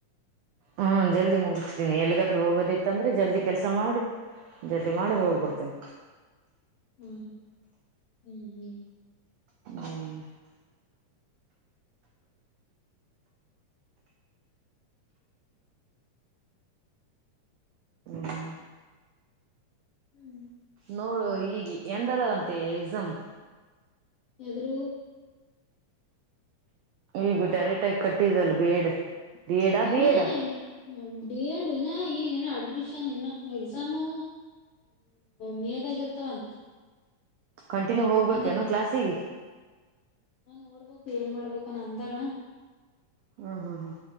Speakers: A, on the right; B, on the left.
A: ಹ್ಮ ಜಲ್ದಿ ಮುಗ. ನಿ ಎಲ್ಗಾದ್ರೂ ಹೋಗೋದಿತ್ತ ಅಂದ್ರೆ ಜಲ್ದಿ ಕೆಲ್ಸ ಮಾಡಿ ಜಲ್ದಿ ಮಾಡಿ ಹೋಗ್ಬಿಡ್ತೀನಿ.
B: ಹ್ಮ್ ಹ್ಮ್ ಹ್ಮ್.
A: ಹ್ಮ್ ಹ್ಮ್
B: ಹ್ಮ್.
A: ನೋಡು ಈಗ ಎಂದದಾವಂತೆ ಎಕ್ಸಾಮ್.
B: ಎದುರು.
A: ಈಗ ಡೈರೆಕ್ಟಾಗಿ ಕಟ್ಟಿದಲ್ಲ ಬಿ. ಎಡ್ ಡಿ ಎಡಾ
B: ಇನ್ನ
A: ಬಿ ಎಡಾ
B: ಈ ಬಿ ಎಡ ಇನ ಈಗ ಏನ ಅಡ್. ಅಡ್ಮಿಷನ್ ಇನ್ನು ಎಕ್ಸಾಮು ಮೇದಾಗಿ ಇರ್ತಾವಂತ.
A: ಕಂಟಿನ್ಯೂ ಹೋಗ್ಬೇಕೇನು
B: ನಾನ್
A: ಕ್ಲಾಸಿಗೆ
B: ನೋಡ್ಬೇಕು ಏನ್ ಮಾಡ್ಬೇಕ. ತ್ತರ.
A: ಹ್ಮ್ ಹ್ಮ್ ಹ್ಮ್.